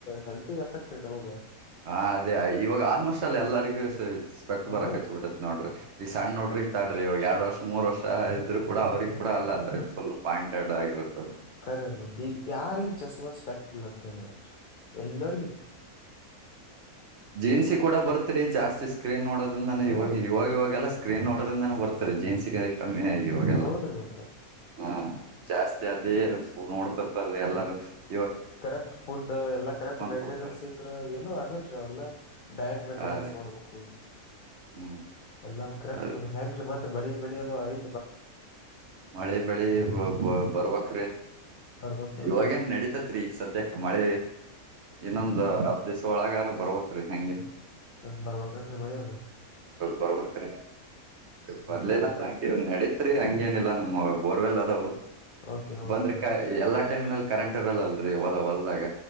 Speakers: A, on the left; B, on the right.
A: ಹೆಲ್ತ್ಗೆ ಎಫೆಕ್ಟ್ ಇರಬೇಕ.
B: ಹಾ, ಅದೇ ಇವಾಗ ಆಲ್ಮೋಸ್ಟ್ ಆಲ್ ಎಲ್ಲರಿಗೂ ಸ್ಪೆಕ್ಟ್
A: ಹಾ
B: ಬರಕ್ ಹಚ್ಬಿಟ್ಟದ ನೋಡ್ರಿ. ಈ ಸಣ್ಣ ಹುಡ್ರಿಗ ತಡ್ರಿ ಇ ಎರಡ್ ವರ್ಷ, ಮೂರ್ ವರ್ಷ ಇದ್ರರು ಕೂಡ ಅವ್ರಿಗೆ ಕೂಡ ಅಲ್ಲ ಫುಲ್ ಪಾಯಿಂಟೆಡ್ ಆಗಿರುತ್ತದೆ. -
A: ಕರೆರಿ ಈಗ ಯಾರಿಗ್ ಚಸ್ಮ, ಸ್ಪೇಕ್ಟ ಇಲ್ ಅಂತಿ ಹೇಳ್ರಿ. ಎಲ್ಲರಿಗಿ
B: ಜೀನ್ಸಿ ಕೂಡ ಬರ್ತ್ರಿ ಜಾಸ್ತಿ ಸ್ಕ್ರೀನ್ ನೋಡೋದ್ರಿಂದಾನೆ.
A: ಹ್ಮ್
B: ಇವಾಗ ಇವಾಗ ಇವಾಗೆಲ್ಲಾ ಸ್ಕ್ರೀನ್ ನೋಡ ಡದಿಂದ ಬರ್ತಾರೆ ಜೀನ್ಸ್ಗೆ ಕಮ್ಮಿ ಆಗಿ ಇವಾಗೆಲ್ಲ
A: ಹೌದ್ರಿ ಮತ್ತ
B: ಹಾ ಜಾಸ್ತಿ ಆದೇ ನೋಡ್ ತಪ್ಪಾರದ ಎಲ್ಲಾರೂ <inaudible>
A: ಕರೆಕ್ಟ್ ಫುಡ್ ಎಲ್ಲಾ ಕರೆಕ್ಟ್ ಮೇಂಟೆನೆನ್ಸ್
B: ಕೊಡ್ತಾರ
A: ಇದ್ರಾ, ಏನು ಆಗಲ್ರಿ ಅವೆಲ್ಲ ಡಯಟ್ ಮೇಂಟೆನೆನ್ಸ್
B: ಹಾ ರೀ
A: ಮಾಡ್ಬೇಕು.
B: ಹ್ಮ್
A: ಎಲ್ಲ ಕರೆಕ್ಟ್
B: ಅದ
A: ಮಾಡ್, ಹೆಂಗಗ್ರರಿ ಮತ್ತತ್ ಮಳಿ ಬೆಳಿ ಅದು ಆಯ್
B: ಮಳೆ ಬೆಳೆ ಬರ್ವಕ್ರಿ
A: ಬರ್ಬೇಕನ್ರಿ
B: ಇವಾಗೇನ್ ನಡೀತೈತ್ರಿ. ಈಗ ಸದ್ಯಕ್ಕೆ ಮಳೆ ಇನ್ನೊಂದ್
A: ಹ್ಮ್ ಹ್ಮ್
B: ಹತ್ ದಿವ್ಸ ಒಳಗಾರ ಬರ್ಬೆಕ್ರಿ ಹಂಗೆ.
A: ಹಂಗ್ ಬರ್ಬೇಕನ್ರಿ ಮಳಿಅದು.
B: ಬರ್ಬೇಕ್ರೀ. ಬರ್ಲಿಲ್ಲ
A: ಹ್ಮ್
B: ಅಂದ್ರ ನಡಿತ್ ನಡಿತ್ರಿ ಹಂಗೇನಿಲ್ಲಾ ನಮ್ಮ ಬೋರ್ವೆಲ್ ಅದವು
A: ಓಕೆ ಓಕೆ
B: ಬಂದ್ರೆ ಕ ಎಲ್ಲಾ, ಟೈಮ್ಲ್ಲಿ ಕರೆಂಟ್ ಇರಲ್ಲಲ್ರರಿ ಹೊಲದಾಗ